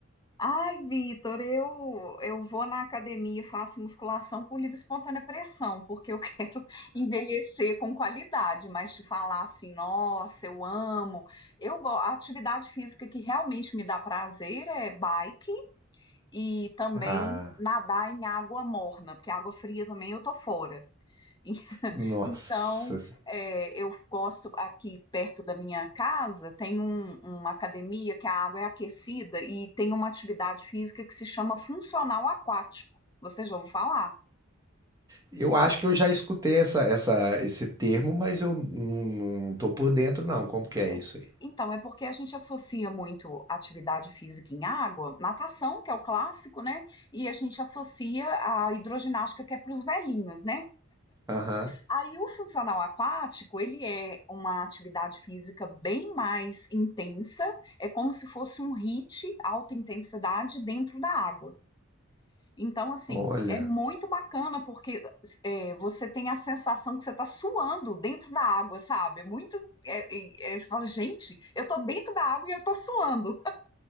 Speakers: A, on the left; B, on the right.
A: Ai, Vitor, eu, eu vou na academia e faço musculação por livre e espontânea pressão, porque eu <laughs> quero envelhecer com qualidade, mas te falar assim, nossa, eu amo. Eu, go- a atividade física que realmente me dá prazer é bike e também
B: Ah,
A: nadar em água morna, porque água fria também eu tô fora. <laughs>
B: nossa.
A: Então, é, eu gosto aqui perto da minha casa, tem um- uma academia que a água é aquecida e tem uma atividade física que se chama funcional aquático. Você já ouviu falar?
B: Eu acho que eu já escutei essa, essa esse termo, mas eu não, não tô por dentro não. Como que é
A: É.
B: isso aí?
A: Então, é porque a gente associa muito atividade física em água, natação, que é o clássico, né? E a gente associa a hidroginástica, que é para os velhinhos, né?
B: Aham.
A: Aí o funcional aquático, ele é uma atividade física bem mais intensa, é como se fosse um HIIT, alta intensidade, dentro da água. Então, assim,
B: Olha.
A: é muito bacana porque é, você tem a sensação que você está suando dentro da água, sabe? É muito. É, é, é, você fala, gente, eu estou dentro da água e eu estou suando. <laughs>